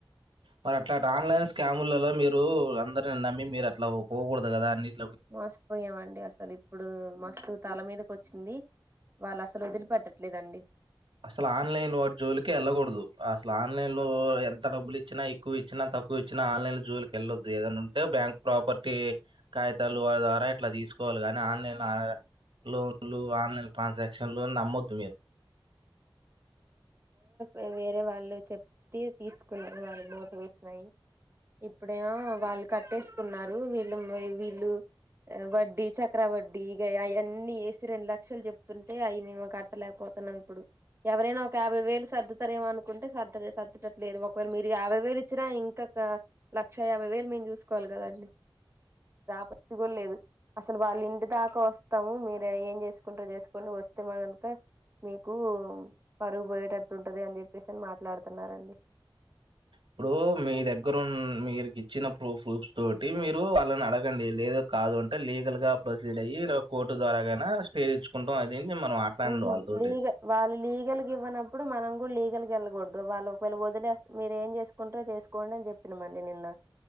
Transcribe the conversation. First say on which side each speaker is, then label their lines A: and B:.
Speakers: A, on the right (about 75°); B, on the right (about 30°).
A: మరి అట్లాంటి ఆన్లైన్ లో స్కాములలో మీరు, అందరిని నమ్మి మీరు, అట్లా పో పోకూడదు. <unintelligible>
B: మసిపోయామండి అసలు, ఇప్పుడు మస్తు. తల మీదకి కొచ్చింది, వాళ్ళు అసలు వదిలిపెట్టట్లేదండి.
A: అసలు ఆన్లైన్ వా జోలికి వెళ్లకూడదు, అసలు ఆన్లైన్ లో, ఎంత డబ్బులు ఇచ్చినా ఎక్కువ ఇచ్చినా తక్కువ ఇచ్చినా ఆన్లైన్ లో జోలికి వెళ్లొద్దు ఏదనా ఉంటే, బ్యాంక్ ప్రాపర్టీ, కాఖగితాలు వాారి ద్వారా ఇట్లా తీసుకోవాలి గని ఆన్లైన్ అ. లోన్లు, ఆన్లైన్ ట్రాన్సాక్షన్లు నమ్మొద్దు మీరు.
B: ఉమ్ వేరే వాళ్ళు చెప్తి తీసుకున్నారు వాళ్ళు మోటరొచ్చినాయి, ఇప్పుడేమో, వాళ్ళు కట్టేసుకున్నారు, వీళ్ళు వీళ్ళు వడ్డీ చక్ర వడ్డీ ఇగ ఆయన్ని ఎసి రెండు లక్షలు చెప్తుంటే, అయి మేము కట్టలేకపోతున్నాం ఇప్పుడు. ఎవరైనా ఒక యాభై వేలు సర్దుతారేమ అనుకుంటే సర్ సర్దుటట్లేరు ఒకవేళ మీరు యాభై వేలు ఇచ్చినా ఇంకా, క లక్ష యాభై వేలు మేము చూసుకోవాలి గదండి, ఆపత్తి కూడా లేదు, అసలు వాళ్ళ ఇంటి దాకా వస్తాము మీరు ఏం చేసుకుంటారో చేసుకోండి వొస్తే మతమ్ మీకు. కు పరువు పోయేటట్టు ఉంటది అని చెప్పేసి అని మాట్లాడుతున్నారండి.
A: ఇప్పుడు మీ దగ్గర, మీకి ఇచ్చిన ప్రూఫ్ఫ్ తోటి, మీరు వాళ్ళని అడగండి, లేద కాదు అంటే లీగల్ గా ప్రొసీడ్ అయ్యి, కోర్టు ద్వారాగన స్టే తెచ్చుకుంటాం. అదేంటి మనం మాట్లాడండి
B: ఓహో,
A: వాళ్ళతోటి
B: లీగ, వాళ్ళు లీగల్ గ ఇవ్వన పు. ఇప్పుడు మనం కూడా లీగల్గా వెళ్ళకూడదు, వాళ్ళ ఒకవేళ వొదిలేస్తే, మీరు ఏం చేసుకుంటారో చేసుకోండి, అని చెప్పినామండి నిన్న.